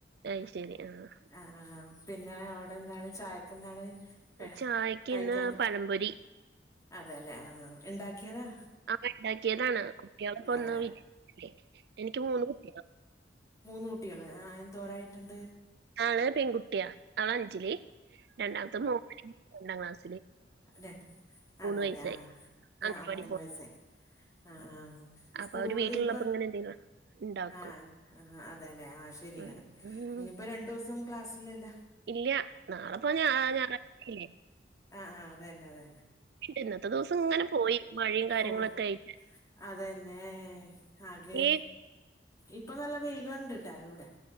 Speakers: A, on the right; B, on the left.
A: അയ് ശരി ആഹ്
B: ആഹ് ആഹ് പിന്നെ അവിടെന്താണ് ചായക്ക് എന്താണ് ക
A: ചായക്ക്
B: കഴിക്കാൻ
A: ഇന്ന് പഴംപൊരി
B: അതെല്ലെ ആഹ് ഇണ്ടാക്കിയതാ
A: ആഹ് ഇണ്ടാക്കിയതാണ് കുട്ടികളക്കവന്ന്
B: ആ
A: <unintelligible> എനിക്ക് മൂന്ന് കുട്ടിയളാ
B: മൂന്ന കുട്ടികള് ആഹ് എന്തോരായിട്ടുണ്ട്
A: ആള് പെൺകുട്ടിയാ ആൾ അഞ്ചില് രണ്ടാമത്തെ മോന് രണ്ടാം ക്ലാസ്
B: അതെ അതെല്ലെ
A: വയസ്സായി
B: ആഹ്
A: അംഗൻവാടി
B: ആഹ് മൂന്ന്
A: പോണ്
B: വയസ്സായി ആഹ് ആഹ്
A: അപ്പൊ
B: സ്കൂള്പ്പ
A: അവര് വീട്ടിലുള്ളപ്പോ ഇങ്ങനെ എന്തെങ്കിലും ഇണ്ടാക്കും
B: ആഹ് ആഹ് അതെ അല്ലെ ആ ശരിയാണ്
A: ഉം
B: ഇനിപ്പോ രണ്ടു ദിസം ക്ലാസ്സിലല്ല
A: ഇല്ല നാളെപ്പ ഞ ഞാറഴ്ചല്ലേ
B: ആഹ് ആഹ് അതന്നെ അതന്നെ
A: ഇന്നത്തെ ദിവസങ്ങനെ പോയി മഴയും കാര്യങ്ങളൊക്കെയിട്ട്
B: പോയി അതന്നെ ആകെ
A: ഏ
B: ഇപ്പൊ നല്ല വെയിലുണ്ടിട്ടാ ഇവിടെ